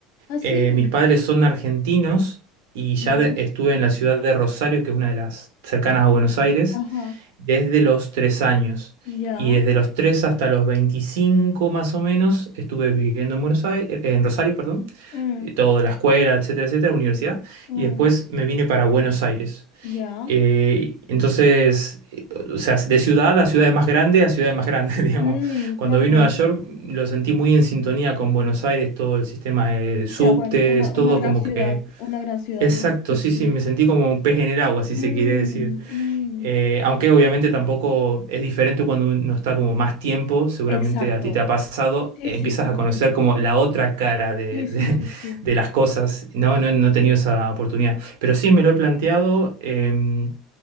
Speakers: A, on the left (about 50°); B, on the right (about 80°).
A: Ah, sí,
B: eh, mis padres son argentinos y ya
A: ya,
B: de- estuve en la ciudad de Rosario, que es una de las cercanas a Buenos Aires
A: ajá,
B: desde los tres años.
A: ya,
B: Y desde los tres hasta los 25 más o menos estuve viviendo en Buenos Aires, eh, en Rosario, perdón.
A: mm,
B: Eh, Todo la escuela, etcétera, etcétera, la universidad.
A: Mm,
B: Y después me vine para Buenos Aires.
A: ya,
B: Eh, entonces, eh, o sea, de ciudad a ciudad más grande a ciudad más grande, <laughs> digamos.
A: mm,
B: Cuando
A: claro.
B: vine a Nueva York lo sentí muy en sintonía con Buenos Aires, todo el sistema de subtes,
A: sea bueno, una,
B: todo
A: una gran
B: como
A: ciudad,
B: que...
A: una gran ciudad,
B: Exacto,
A: ¿no? Sí,
B: sí,
A: sí.
B: sí, me sentí como un pez en el agua, si se
A: Mm,
B: quiere decir.
A: mm,
B: Eh, aunque obviamente tampoco es diferente cuando uno está como más tiempo, seguramente
A: exacto.
B: a ti te ha pasado,
A: Sí,
B: eh, empiezas
A: sí, sí,
B: a conocer
A: sí.
B: como la otra cara de,
A: Sí,
B: de-
A: sí, sí,
B: <laughs>
A: sí.
B: de las cosas. No, no, no he tenido esa oportunidad. Pero sí me lo he planteado, em,